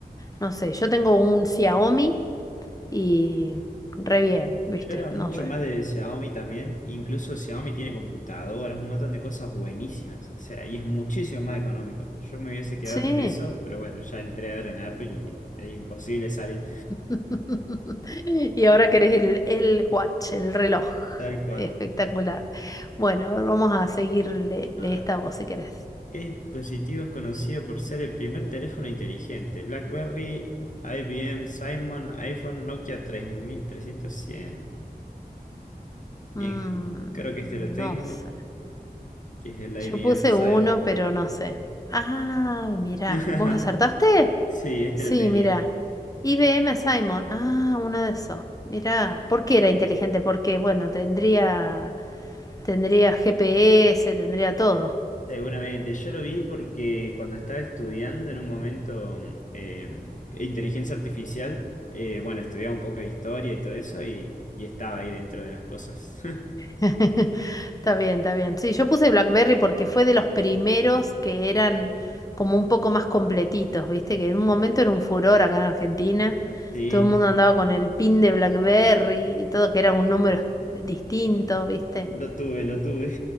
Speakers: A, on the left; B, on the left.
A: No sé, yo tengo un Xiaomi y re bien, ¿viste?
B: Yo era
A: No
B: mucho
A: sé.
B: más de Xiaomi también. Incluso Xiaomi tiene computadoras, un montón de cosas buenísimas. O sea, y es muchísimo más económico. Yo me hubiese quedado
A: Sí.
B: con eso, pero bueno, ya entré ahora en Apple y es imposible salir.
A: <laughs> Y ahora querés el, el watch, el reloj.
B: Tal cual.
A: Espectacular. Bueno, a ver, vamos a seguirle le
B: Ah,
A: esta voz si querés.
B: ¿Qué dispositivo es conocido por ser el primer teléfono inteligente? BlackBerry, IBM, Simon, iPhone, Nokia tres mil trescientos cien. Bien,
A: Mm,
B: creo que este lo tengo,
A: no sé.
B: que es el IBM
A: Yo puse
B: Simon.
A: uno, pero no sé. Ay, mirá.
B: <laughs>
A: ¿Vos acertaste?
B: Sí, este
A: Sí,
B: lo tenía.
A: mirá. IBM Simon. Ah, uno de esos. Mirá. ¿Por qué era inteligente? Porque, bueno, tendría Tendría GPS, tendría todo.
B: Seguramente. Yo lo vi porque cuando estaba estudiando en un momento eh, inteligencia artificial, eh, bueno, estudiaba un poco de historia y todo eso y, y estaba ahí dentro de las cosas. <laughs>
A: <laughs> Está bien, está bien. Sí, yo puse BlackBerry porque fue de los primeros que eran como un poco más completitos, ¿viste? Que en un momento era un furor acá en Argentina.
B: Sí,
A: Todo el mundo andaba con el pin de BlackBerry y todo, que era un número distinto, ¿viste?
B: lo tuve, lo tuve.